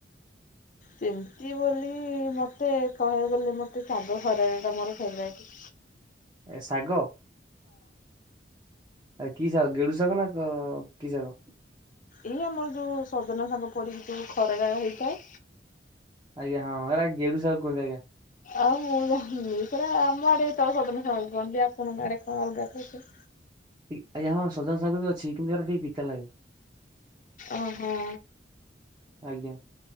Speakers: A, on the left; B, on the right.
A: ସେମିତି ବୋଲି ମୋତେ କହିବାକୁ ଗଲେ ମୋତେ ଶାଗ ଖରଡା ଟା ମୋର ଫେବୋରାଇଟ୍।
B: ଏ ଶାଗ ଆ କି ଶାଗ ଗେଡୁ ସାଗ, ନା କି ଶାଗ?
A: ଏଇ ଆମର ଯୋଉ ସଜନା ଶାଗ ପଡ଼ିକି ଯୋଉ ଖରଡା ହେଇଥାଏ।
B: ଆଜ୍ଞା, ହଁ ହେରା ଗେଡୁ ଶାଗ ଗ କହନ୍ତି ଆଜ୍ଞା।
A: ଆଉ, ମୁଁ ଜା ସେରା ଆମ ଆଡେ ତ ସଜନା ସାଗ କୁହନ୍ତି। ଆପଣଙ୍କ ଆଡେ କଣ ଅଲଗା କ
B: ଆଜ୍ଞା, ହଁ ସଜନା ଶାଗ ବି ଅଛି। କିନ୍ତୁ ହେରା ଟିକେ ପିତା ଲାଗେ।
A: ଓହୋ
B: ଆଜ୍ଞା।